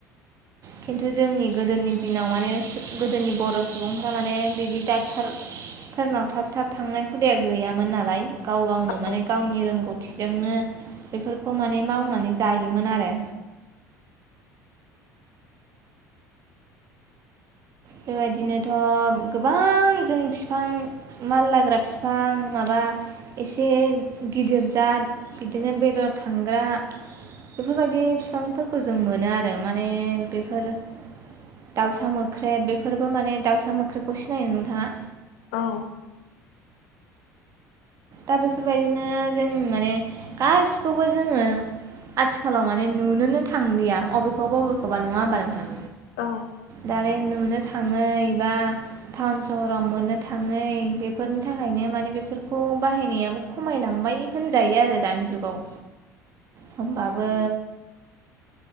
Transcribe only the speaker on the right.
खिन्थु जोंनि गोदोनि दिनाव माने गोदोनि बर' सुबुंफोरा माने बिदि डाक्टार फोरनाव थाब थाब थांनाय हुदाया गैयामोन नालाय गाव गावनो माने
गावनि रोंगौथिजोंनो बेफोरखौ माने मावनानै जायोमोन आरो बेबायदिनोथ' गोबां जों फिफां मानलाग्रा फिफां माबा एसे गिदिर जा बिदिनो बेदर थांग्रा बेफोरबायदि फिफांफोरखौ जों मोनो आरो माने बेफोर दाउसा मोख्रेब बेफोरबो माने दाउसा मोख्रेबखौ सिनायोना नोंथाङा
दा बेफोरबायदिनो जों माने गासिखौबो जोङो आथिखालाव माने नुनोनो थांलिया अबेखौबा बबेखौबा नङा होमबा नोंथां
दा बे नुनो थांयै बा टाउन सहराव मोननो थाङै बेफोरनि थाखायनो माने बेफोरखौ बाहायनायाबो खमायलांबाय होनजायो आरो दानि जुगाव होमबाबो